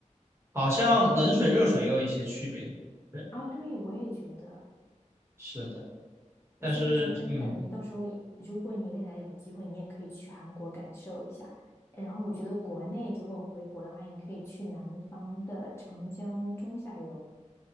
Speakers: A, on the right; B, on the left.
A: 好像冷水、热水也有一些区别，对，
B: 啊？对，我也觉得。
A: 是的，但是嗯，
B: 所以说真的，你到时候如果你未来有机会，你也可以去韩国感受一下。然后我觉得国内如果回国的话，你可以去南方的长江中下游，